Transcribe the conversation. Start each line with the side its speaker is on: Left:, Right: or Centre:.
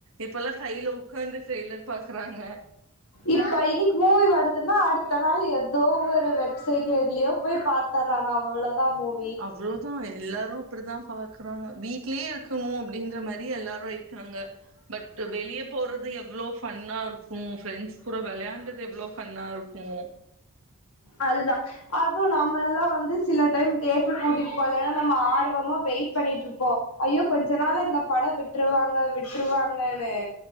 Right: இப்ப எல்லா கையில உட்கார்ந்து ட்ரெய்லர் பாக்குறாங்க
Left: இப்ப இன்னைக்கு மூவி வருதுன்னா அடுத்த நாள் ஏதோ ஒரு வெப்சைட்ல எதுலயோ போய் பார்த்து தருவாங்க அவ் அவ்வளதான் மூண்
Right: அவ்ளோதா எல்லாரு அப்டிதா பாக்குறாங்க வீட்லயே இருக்கணு அப்டின்ற மாரி எல்லாரு போயிட்டாங்க பட் வெளிய போறது எவ்ளோ ஃபன்னா இருக் உ ஃப்ரெண்ட்ஸ் கூட விளையான்டது எவ்ளோ ஃபன்னா இருக்கு
Left: அதுதா அதுவு நாம எல்லா வந்து சில டைம் தேட்டர்க்கு கூட்டிட்டு போகனா நம்ம ஆர்வமா வெயிட் பண்ணிட்டுருப்போ ஐயோ கொஞ்ச நாளா இந்த படோ விட்ருவாங்க விட்ருவாங்கன்னு